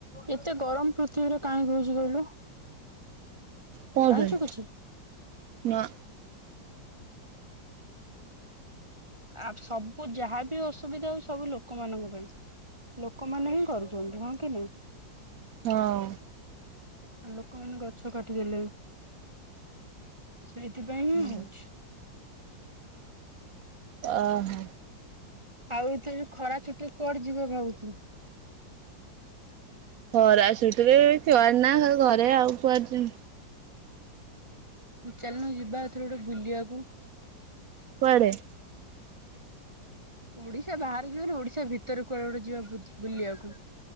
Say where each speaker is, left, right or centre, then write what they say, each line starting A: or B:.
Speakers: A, on the right; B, on the right.
A: ଏତେ ଗରମ ପୃଥିବୀରେ କାହିଁ କହୁଛି କହିଲୁ?
B: କଣ
A: ଜାଣିଛୁ
B: ପାଇଁ
A: କିଛି?
B: ନା।
A: ଆ, ସବୁ ଯାହାବି ଅସୁବିଧା ହଉଛି, ସବୁ ଲୋକମାନଙ୍କ ପାଇଁ ଲୋକମାନେ ହିଁ କରୁଛନ୍ତି, ହଁ କି ନା
B: ହଁ।
A: ଆଉ ଲୋକମାନେ ଗଛ କାଟିଦଲେ। ସେଇଥିପାଇଁ
B: ହୁଁ।
A: ହିଁ ହଉଛି
B: ଓ ହୋ।
A: ଆଉ ତ ଖରା ଛୁଟି, କୁଆଡେ ଯିବ ଭାବୁଛୁ?
B: ଖରା ଆସୁରେ ଛୁଆର ନା ଘରେ ଆଉ କୁଆଡେ?
A: ମୁଁ ଚାଲନୁ ଯିବାଥରେ ଗୋଟେ ବୁଲିବାକୁ।
B: ପରେ <unintelligible>
A: ଓଡିଶା ବାହାରେ ଯିବା ନି, ଓଡିଶା ଭିତରେ କୁଆଡେ ଗୋଟେ ଯିବା ବୁଲିବାକୁ